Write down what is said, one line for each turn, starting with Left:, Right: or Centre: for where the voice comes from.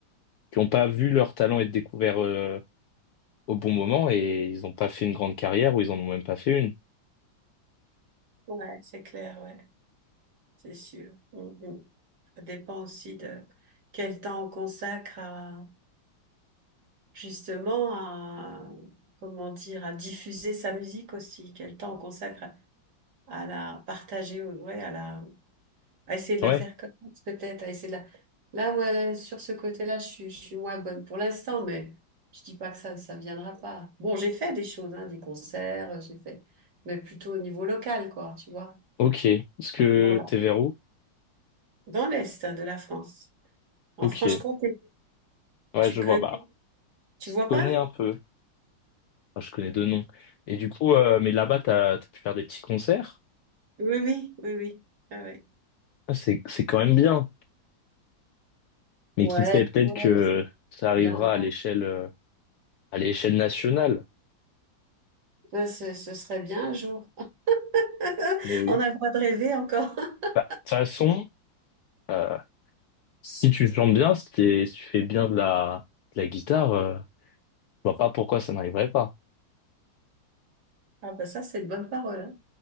Left: qui n'ont pas vu leur talent être découvert, euh, au bon moment et ils n'ont pas fait une grande carrière ou ils en ont même pas fait une.
Right: ouais, c'est clair, ouais, c'est sûr. Mm, mm. Ça dépend aussi de quel temps on consacre à justement à comment dire à diffuser sa musique aussi, quel temps on consacre à, à la partager, ouais, à la À essayer de
Left: Ouais,
Right: la faire connaître, peut-être, à essayer de la... Là, ouais, sur ce côté-là, je suis, je suis moins bonne pour l'instant, mais je dis pas que ça, ça viendra pas. Bon, j'ai fait des choses, hein, des concerts, euh, j'ai fait, mais plutôt au niveau local, quoi, tu vois.
Left: ok. Est-ce que
Right: Voilà.
Left: t'es vers où
Right: Dans l'Est hein, de la France, en
Left: Ok,
Right: Franche-Comté,
Left: ouais,
Right: tu
Left: je
Right: connais,
Left: vois, bah,
Right: tu
Left: je
Right: vois
Left: connais
Right: pas?
Left: un peu, Enfin, je connais deux noms. Et du coup, euh, mais là-bas, t'as, t'as pu faire des petits concerts,
Right: Oui, oui, oui, oui. Ah ouais.
Left: Ah, c'est, c'est quand même bien. Mais
Right: Ouais,
Left: qui sait, peut-être
Right: ouais,
Left: que
Right: ça
Left: ça arrivera
Right: viendra.
Left: à l'échelle, euh, à l'échelle nationale.
Right: Ouais, ce, ce serait bien un jour. <laughs>
Left: Mais oui.
Right: On a le droit de rêver encore. <laughs>
Left: Bah, de toute façon, euh, si tu chantes bien, si t'es- si tu fais bien de la, de la guitare, euh, je vois pas pourquoi ça n'arriverait pas.
Right: Ah, bah ça, c'est une bonne parole, hein.